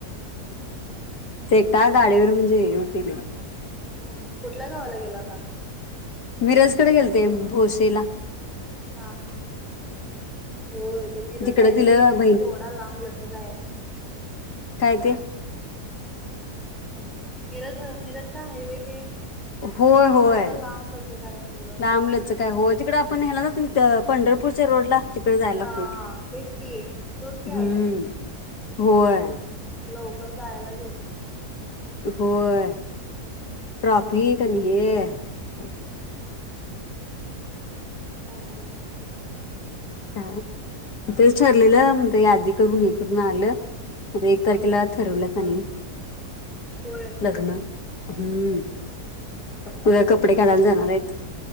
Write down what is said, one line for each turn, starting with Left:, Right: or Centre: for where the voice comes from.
Left: ते एकटाक गाडीवर म्हणजे <unintelligible>
Centre: हम्म कुठल्या गावाला गेला होता
Left: मिरजकडे गेलते भोशीला
Centre: हा हा होय ते मिरज
Left: तिकड
Centre: हायवे
Left: दिलं
Centre: हाय केवढा लांब लचक आहे
Left: कायते
Centre: मीरज मीरज चा हायवे ते
Left: होय
Centre: ते
Left: होय.
Centre: केवढं लांबलंच काय म्हटलं
Left: लांबलच काय हो तिकडे आपण न्यायला जो पंढरपूरच्या रोड ला तिकडे जायला
Centre: हा
Left: लागतय ते
Centre: तेच की तोच की हायवे
Left: हम्म होय
Centre: लवकर जायलाच येत नाही
Left: होय ट्रॉफिक तेन ह्य काय
Centre: <unintelligible>
Left: काय तेच ठरलेलं म्हण यादी करून हे करून आलं म एक तारखेला
Centre: हा
Left: ठरवलं त्यांनी
Centre: होय
Left: लग्न हम्म उद्या कपडे काढायला जाणार आहेत